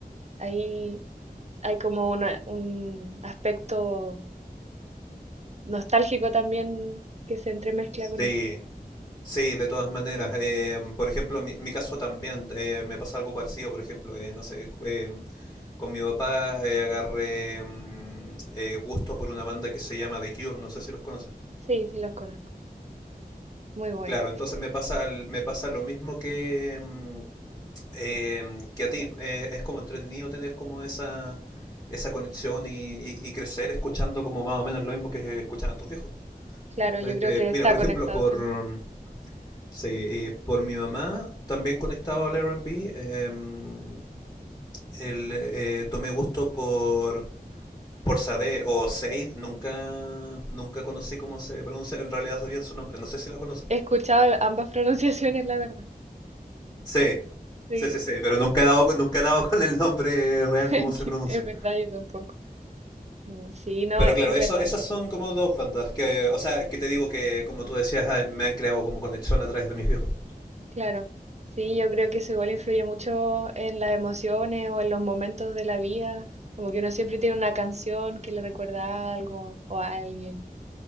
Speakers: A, on the right; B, on the left.
A: ahí hay como una- un aspecto nostálgico también que se entremezcla
B: Sí,
A: con eso.
B: Sí, de todas maneras. em, por ejemplo, mi, mi caso también eh, me pasa algo parecido. Por ejemplo, eh, no sé, em, con mi papá eh, agarré mm, eh, gusto por una banda que se llama The Cure. No sé si los conoces.
A: Sí, sí los conozco. Muy bueno.
B: Claro, entonces me pasa, el- me pasa lo mismo que, mm, em, que a ti. Eh, es como entretenido tener como esa, esa conexión y, y- y crecer escuchando como más o menos lo mismo que escuchaban tus viejos.
A: Claro,
B: Entonces,
A: yo creo
B: eh,
A: que
B: mira,
A: está
B: por ejemplo,
A: conectado
B: por,
A: siempre.
B: Sí, y por mi mamá, también conectado al R&B, em, el, eh, tomé gusto por, por Sade o Sade, nunca, nunca conocí cómo se pronuncia, en realidad sabía su nombre, no sé si la conoce.
A: He escuchado <laughs> ambas pronunciaciones, la verdad.
B: Sí,
A: Sí,
B: sí, sí, sí, pero nunca he dado, con- nunca he dado <laughs> con el nombre real
A: <laughs>
B: cómo se pronuncia.
A: es verdad, yo tampoco. Mm, Sí, no,
B: Pero
A: es
B: claro, eso,
A: verdad,
B: esas son como dos bandas que, o sea, que te digo que, como tú decías, ah, me han creado como conexión a través de mis viejos.
A: claro. Sí, yo creo que eso igual influye mucho en las emociones o en los momentos de la vida. Como que uno siempre tiene una canción que le recuerda a algo o a alguien.